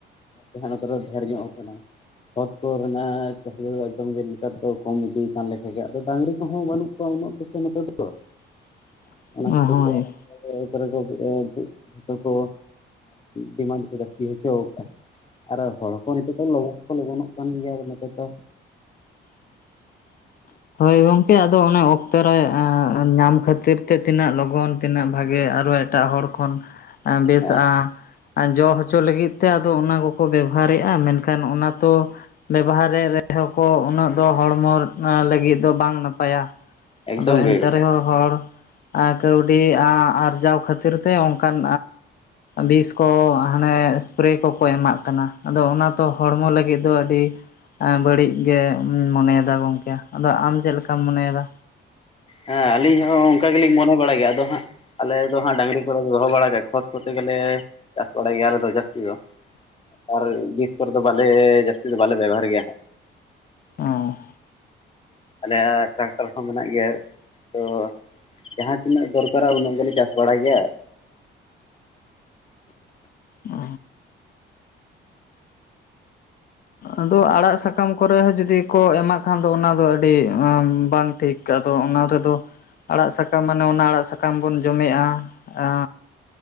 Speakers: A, on the left; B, on the left.
A: ᱡᱟᱦᱟᱸ ᱱᱚᱛᱮ ᱨᱮ ᱰᱷᱮᱨ ᱧᱚᱜ ᱟᱠᱟᱱᱟ ᱠᱷᱚᱛ ᱠᱚᱨᱮᱱᱟᱜ ᱪᱟᱹᱦᱤᱫᱟ ᱫᱚ ᱮᱠᱫᱚᱢ ᱜᱮ ᱱᱮᱛᱟᱨ ᱫᱚ ᱠᱚᱢ ᱤᱫᱤ ᱠᱟᱱ ᱞᱮᱠᱟ ᱜᱮ ᱟᱫᱚ ᱰᱟᱝᱨᱤ ᱠᱚᱦᱚᱸ ᱵᱟᱹᱱᱩᱜ ᱠᱚᱣᱟ ᱩᱱᱟᱹᱜ ᱫᱚ ᱥᱮ ᱱᱚᱛᱮ ᱨᱮᱫᱚ
B: <inaudible>
A: ᱚᱱᱟ ᱠᱷᱟᱹᱛᱤᱨ
B: ᱦᱳᱭ
A: ᱜᱮ <unintelligible> ᱡᱚᱛᱚ ᱠᱚ ᱰᱤᱢᱟᱱᱰ ᱠᱚ ᱡᱟᱹᱥᱛᱤ ᱦᱚᱪᱚ ᱠᱟᱜᱼᱟ ᱟᱨ ᱦᱚᱲ ᱠᱚ ᱱᱤᱛᱚᱜ ᱫᱚ ᱞᱚᱜᱚᱱ ᱠᱚ ᱞᱚᱜᱚᱱᱚᱜ ᱠᱟᱱ ᱜᱮᱭᱟ ᱱᱤᱛᱚᱜ ᱫᱚ
B: <inaudible> ᱦᱳᱭ ᱜᱚᱢᱠᱮ ᱟᱫᱚ ᱚᱱᱟ ᱚᱠᱛᱚ ᱨᱮ ᱧᱟᱢ ᱠᱷᱟᱹᱛᱤᱨ ᱛᱮ ᱛᱤᱱᱟᱹᱜ ᱞᱚᱜᱚᱱ ᱛᱤᱱᱟᱹᱜ ᱵᱷᱟᱜᱮ ᱟᱨᱚ ᱮᱴᱟᱜ ᱦᱚᱲ ᱠᱷᱚᱱ ᱵᱮᱥᱼᱟ
A: ᱦᱮᱸ
B: ᱡᱚ ᱦᱚᱪᱚ ᱞᱟᱹᱜᱤᱫ ᱛᱮ ᱟᱫᱚ ᱚᱱᱟ ᱠᱚᱠᱚ ᱵᱮᱵᱚᱦᱟᱨᱮᱫᱼᱟ ᱢᱮᱱᱠᱷᱟᱱ ᱚᱱᱟ ᱛᱚ ᱵᱮᱵᱚᱦᱟᱨ ᱨᱮᱦᱚᱸ ᱠᱚ ᱩᱱᱟᱹᱜ ᱫᱚ ᱦᱚᱲᱢᱚ ᱞᱟ ᱞᱟᱹᱜᱤᱫ ᱫᱚ ᱵᱟᱝ ᱱᱟᱯᱟᱭᱟ
A: ᱮᱠᱫᱚᱢ
B: ᱟᱫᱚ ᱮᱱᱛᱮ
A: ᱜᱮ
B: ᱨᱮᱦᱚᱸ ᱦᱚᱲ ᱠᱟᱹᱣᱰᱤ ᱟᱨᱡᱟᱣ ᱠᱷᱟᱹᱛᱤᱨ ᱛᱮ ᱚᱱᱠᱟᱱ ᱵᱤᱥ ᱠᱚ ᱦᱟᱱᱮ ᱥᱯᱮᱨᱮ ᱠᱚᱠᱚ ᱮᱢᱟᱜ ᱠᱟᱱᱟ ᱟᱫᱚ ᱚᱱᱟ ᱛᱚ ᱦᱚᱲᱢᱚ ᱞᱟᱹᱜᱤᱫ ᱫᱚ ᱟᱹᱰᱤ ᱵᱟᱹᱲᱤᱡ ᱜᱮᱧ ᱢᱚᱱᱮᱭᱮᱫᱟ ᱜᱚᱝᱠᱮ ᱟᱫᱚ ᱟᱢ ᱪᱮᱫ ᱞᱮᱠᱟᱢ ᱢᱚᱱᱮᱭᱮᱫᱟ
A: ᱦᱮᱸ ᱟᱹᱞᱤᱧ ᱦᱚᱸ ᱚᱱᱠᱟ ᱜᱮᱞᱤᱧ ᱢᱚᱱᱮ ᱵᱟᱲᱟᱭ ᱜᱮᱭᱟ ᱟᱫᱚ ᱦᱟᱸᱜ ᱟᱞᱮ ᱫᱚ ᱦᱟᱸᱜ ᱰᱟᱝᱜᱨᱤ ᱠᱚᱞᱮ ᱫᱚᱦᱚ ᱵᱟᱲᱟ ᱜᱮ ᱠᱷᱚᱛ ᱠᱚᱛᱮ ᱜᱮᱞᱮ ᱪᱟᱥ ᱵᱟᱲᱟᱭ ᱜᱮᱭᱟ ᱟᱞᱮ ᱫᱚ ᱡᱟᱹᱥᱛᱤ ᱫᱚ ᱟᱨ ᱵᱤᱥ ᱠᱚᱨᱮ ᱫᱚ ᱵᱟᱞᱮ ᱡᱟᱹᱥᱛᱤ ᱫᱚ ᱵᱟᱞᱮ ᱵᱮᱵᱚᱦᱟᱨ ᱜᱮᱭᱟ
B: ᱚ
A: ᱟᱞᱮᱭᱟᱜ ᱴᱨᱟᱠᱴᱟᱨ ᱦᱚᱸ ᱢᱮᱱᱟᱜ ᱜᱮᱭᱟ ᱛᱚ ᱡᱟᱦᱟᱸ ᱛᱤᱱᱟᱹᱜ ᱫᱚᱨᱠᱟᱨᱟ ᱩᱱᱟᱹᱜ ᱜᱮᱞᱮ ᱪᱟᱥ ᱵᱟᱲᱟᱭ ᱜᱮᱭᱟ
B: ᱚ ᱟᱫᱚ ᱟᱲᱟᱜ ᱥᱟᱠᱟᱢ ᱠᱚᱨᱮ ᱦᱚᱸ ᱡᱩᱫᱤ ᱠᱚ ᱮᱢᱟᱜ ᱠᱷᱟᱱ ᱫᱚ ᱚᱱᱟ ᱫᱚ ᱟᱹᱰᱤ ᱵᱟᱝ ᱴᱷᱤᱠ ᱟᱫᱚ ᱚᱱᱟ ᱨᱮᱫᱚ ᱟᱲᱟᱜ ᱥᱟᱠᱟᱢ ᱢᱟᱱᱮ ᱚᱱᱟ ᱟᱲᱟᱜ ᱥᱟᱠᱟᱢ ᱵᱚᱱ ᱡᱚᱢᱮᱜᱼᱟ ᱟᱸ